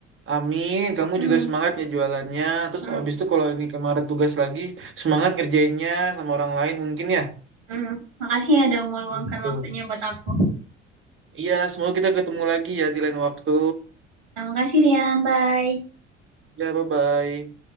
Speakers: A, on the right (about 35°); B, on the right (about 60°).
A: amin. Kamu
B: Hmm,
A: juga semangatnya jualannya. Terus
B: hmm,
A: habis itu kalau ini kemarin tugas lagi, semangat ngerjainnya sama orang lain mungkin ya.
B: hmm. Makasih ya udah meluangkan
A: Itu.
B: waktunya buat aku.
A: Iya, semoga kita ketemu lagi ya di lain waktu.
B: Nah, makasih Rian, bye.
A: Ya, bye-bye.